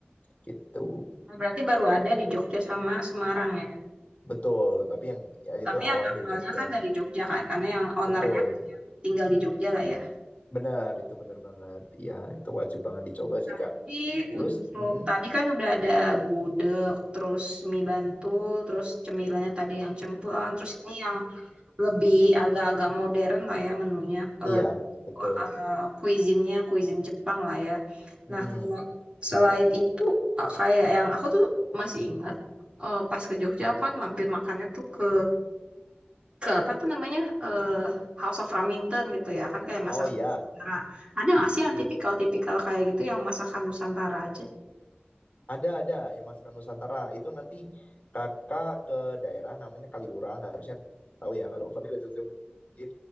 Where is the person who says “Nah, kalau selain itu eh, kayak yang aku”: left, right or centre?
Right